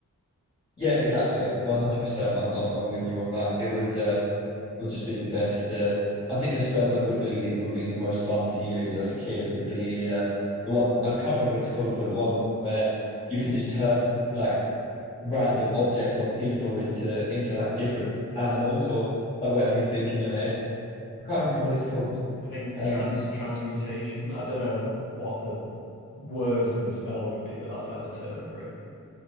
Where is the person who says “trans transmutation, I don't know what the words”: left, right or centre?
Left